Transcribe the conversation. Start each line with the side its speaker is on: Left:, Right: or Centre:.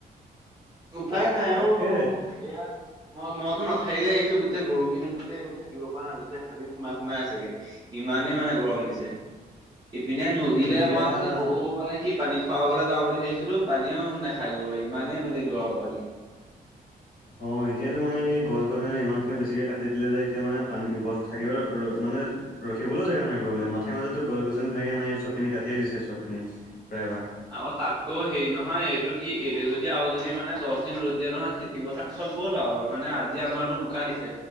Right: উপায় নাই
Left: তাকে
Right: অঔ সেয়া মই মইতো মাথাৰিলে আহিছোঁ গোটেই গৰু খিনি গোটেই একদম থাকিব পৰা নাই গোটেই হাবিত সোমাই সোমাই আছেগে ইমান ইমানেই মানে গৰম দিছে। ইপিনে নদীলৈ
Left: এতিয়া
Right: মই অথনি গৰু মানে সি পানী খুৱাবলৈ যাওঁ বুলি ভাবি। ছিলো পানীও নাখায় গৰুৱে ইমানেই নদীত গৰম পানী।
Left: অ এতিয়াতো মানে সি গছ গছনি ইমান খিনি বেছিকে কাটি দিলে যে এতিয়া মানে পানী গছ থাকিব আৰু মানে ৰখিবলৈও জেগা নাইপোৱা বোলে মাথাৰি মাজতো গছ গছনি তেনেকে নাই চব খিনি কাটিয়ে দিছে চব খিনি প্ৰায় ভাগ
Right: আৰু তাতকৈও হেৰি নহয় এইটো কি এইটো যদি আৰু যদি মানে দহ দিন ৰ'দ দিয়া নহয় খেতি পথাৰ। গ'ল আৰু মানে আজি আমাৰতো বোকা দিছে,